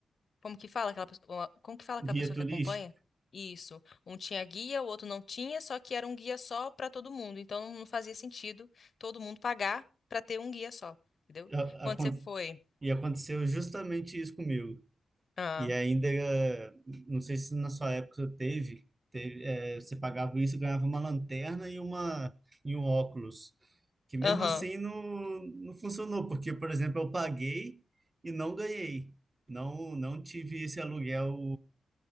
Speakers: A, on the left; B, on the right.
A: Como que fala aquela pessoa? Como que fala
B: guia
A: aquela pessoa
B: turístico?
A: que acompanha? Isso. Um tinha guia, o outro não tinha, só que era um guia só para todo mundo. Então não fazia sentido todo mundo pagar para ter um guia só, entendeu?
B: A-
A: Quando
B: acon-
A: você foi.
B: E aconteceu justamente isso comigo.
A: Ah,
B: E ainda, eh, não sei se na sua época teve, teve, eh, você pagava isso e ganhava uma lanterna e uma e um óculos. Que mesmo
A: aham,
B: assim não, não funcionou, porque, por exemplo, eu paguei e não ganhei. Não, não tive esse aluguel,